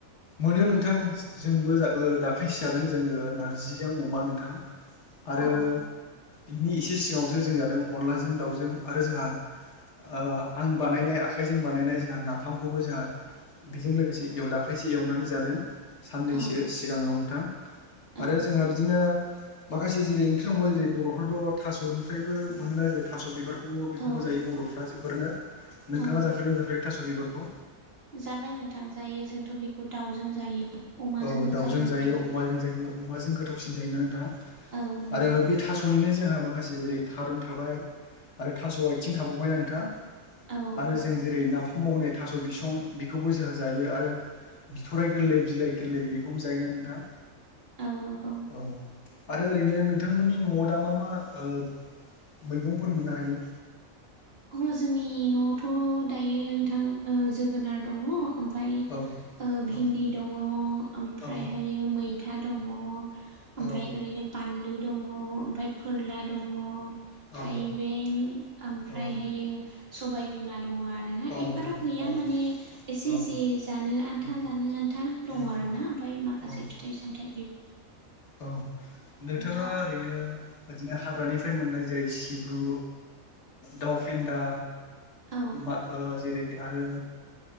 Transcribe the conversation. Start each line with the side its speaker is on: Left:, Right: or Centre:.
Left: मोनो नोंथां जोंबो दाख्लैसो जादों जोङो नार्जिजों अमा नोंथां आरो
Right: अ औ
Left: बिनि एसे सिगाङावसो जों जादों अनलाजों दाउजों आरो जोंहा ओ आं बानायनाय आखाइजों बानायनाय जोंहा नाफामखौबो जोंहा बेजों लोगोसे एवदा खायसे एवनानै जादों साननैसो
Right: औ
Left: सिगाङाव नोंथां
Right: औ
Left: आरो जोंहा बिदिनो माखासे जेरै ओंख्रि दंबावो जेरै बर'फ्राथ' थास'निफ्रायबो मोनो ना जेरै थास' बिबारखौ बेखौबो
Right: औ
Left: जायो बर'फ्रा जोबोरैनो नोंथाङा
Right: औ
Left: जाफेरगोन जाफेराखै थास' बिबारखौ
Right: जाबाय नोंथां जायो जोंथ' बेखौ दाउजों जायो अमाजोंबो
Left: औ दाउजों
Right: जायो नोंथां
Left: अमाजों जायो अमाजों गोथावसिन जायोना नोंथां
Right: औ नंगौ
Left: आरो बे थास'निनो जों माखासे माखासे थारुन थाबाय आरो थास' आथिं थाबावबाय ना नोंथां
Right: औ
Left: आरो
Right: औ
Left: जों जेरै नाफामाव होनाय थास' बिसं बेखौबो जोहा जायो आरो बिथराय गोरलै बिलाइ गोरलै बेखौबो जायोना नोंथां
Right: औ नंगौ
Left: अ ओरैनो नोंथांमोननि न'आव दा मा मा ओ मैगंफोर मोननो हायो
Right: अ जोंनि न'आवथ' दायो नोंथां जोगोनार दङ' ओमफ्राय
Left: औ
Right: भिन्दि
Left: औ
Right: दङ ओमफ्रायहायो
Left: औ
Right: मैथा दङ ओमफ्राय
Left: औ
Right: ओरैनो बानलु दङ ओमफ्राय फोरला दङ
Left: औ
Right: थाइबें ओमफ्रायहायो
Left: औ
Right: सबाय बिमा दङ आरोना
Left: औ
Right: एफाराब
Left: नोंथां
Right: गैया
Left: औ
Right: माने एसे
Left: औ
Right: जे जानो आन्था
Left: उम
Right: जानो आनथा दङ
Left: उम
Right: आरो ना माखासे
Left: औ
Right: फिथाइ सामथाय
Left: औ नोंथाङा
Right: थाखाय
Left: ओरैनो बिदिनो हाग्रानि फ्राय मोननाय जेरै सिब्रु दाउ फेन्दा
Right: औ
Left: मा जेरै आरो